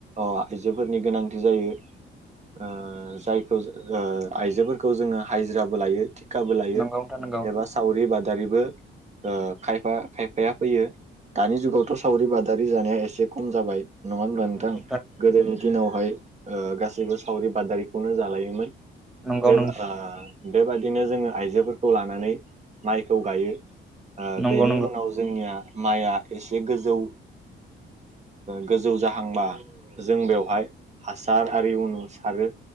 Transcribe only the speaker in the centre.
नंगौ नोंथां नंगौ
नंगौ नंगौ
नंगौ
नोंथां नंगौ
नंगौ
नंगौ